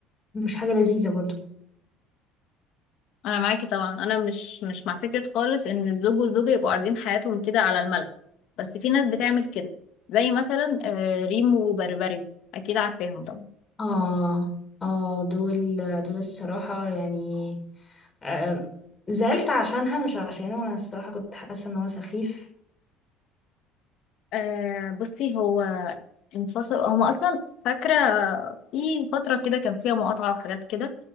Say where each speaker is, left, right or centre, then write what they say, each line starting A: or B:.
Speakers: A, on the left (about 20°); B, on the left (about 60°).
A: مش حاجه لذيذه برضو
B: انا معاكي طبعا انا مش مش مع فكره خالص ان الزوج والزوجه يبقوا عارضين حياتهم كده على الملأ بس في ناس بتعمل كده زي مثلا آه، ريمو وبربري اكيد عارفاهم طبعا
A: اه اه دول دول الصراحه يعني أم، زعلت عشانها مش عشانه انا الصراحه كنت حاسه ان هو سخيف
B: آه بصي هو انفصل هما اصلا فاكره في فتره كده كان فيها مقاطعه وحاجات كده